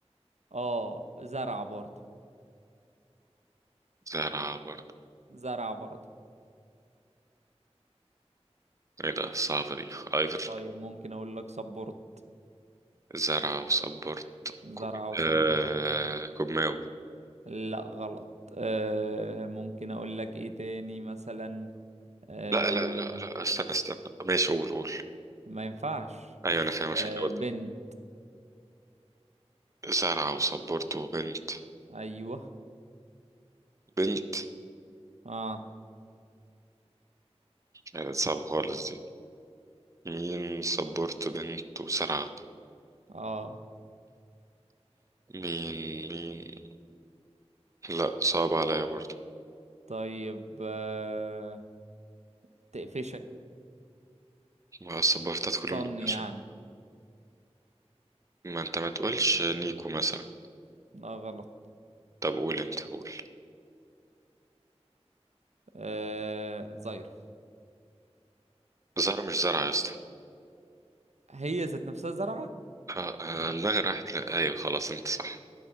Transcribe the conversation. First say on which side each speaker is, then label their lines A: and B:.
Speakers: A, on the right (about 85°); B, on the right (about 30°).
A: آه زرعة برضه
B: زرعة برضه
A: زرعة برضه
B: ايه ده الصعبة دي ايفر
A: طيب ممكن اقول لك سبورت
B: زرعة وصبرت
A: زرعة
B: كوج...
A: وسبورت
B: آه... كوجماو
A: لا غلط آه ممكن اقول لك ايه تاني مثلا آه
B: لا لا لا لا استنى استنى ماشي قول قول
A: ما ينفعش
B: ايوه انا فاهم عشان
A: آه
B: كده قلت
A: بنت
B: له. زرعة وصبرت وبنت
A: ايوه
B: بنت
A: اه
B: ايه ده صعبة خالص دي مين صبرت بنت وزرعة
A: اه
B: مين مين لا صعب عليا برضه
A: طيب آه... تقفشك
B: ما الصبرتات
A: استن
B: كلهم بيكشوا
A: يعني
B: ما انت ما تقولش نيكو مثلا
A: لا غلط
B: طب قول انت قول
A: آه... زيرة
B: زرعة مش زرعة يا اسطى
A: هي ذات نفسها زرعة
B: آه، آه، دماغي راحت ل- ايوه خلاص انت صح